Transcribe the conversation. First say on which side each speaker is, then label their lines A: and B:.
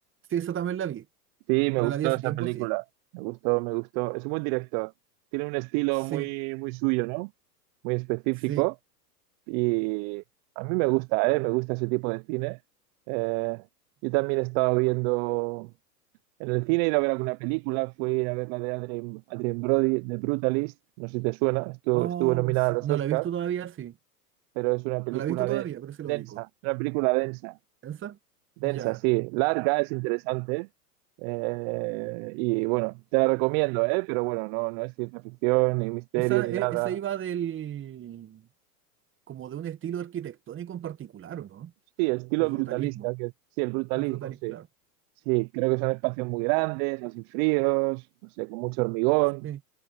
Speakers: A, on the right; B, on the right.
A: Sí, eso también la vi,
B: Sí, me
A: pero
B: gustó
A: la vi hace
B: esa
A: tiempo,
B: película.
A: sí.
B: Me gustó, me gustó. Es un buen director. Tiene un estilo
A: Sí,
B: muy, muy suyo, ¿no? Muy específico.
A: sí.
B: Y a mí me gusta, ¿eh? Me gusta ese tipo de cine. Eh, yo también he estado viendo. En el cine he ido a ver alguna película, fui a ver la de Adrien, Adrien Brody, The Brutalist, no sé si te suena, estuvo,
A: Oh,
B: estuvo nominada
A: sí.
B: a los
A: No
B: Oscars,
A: la he visto todavía, sí.
B: pero es una película
A: No la he visto todavía,
B: de,
A: pero sí lo
B: densa,
A: ubico.
B: es una película densa,
A: ¿Esa?
B: densa,
A: Ya.
B: sí, larga, es interesante, eh, y bueno, te la recomiendo, ¿eh? Pero bueno, no, no es ciencia ficción, ni misterio,
A: Esa,
B: ni
A: e-
B: nada.
A: esa iba del... como de un estilo arquitectónico en particular, ¿o no?
B: Sí, estilo
A: El brutalismo.
B: brutalista, que sí, el brutalismo,
A: El brutalismo,
B: sí.
A: claro.
B: Sí, creo que son espacios muy grandes, así fríos, no sé, con mucho hormigón.
A: Sí,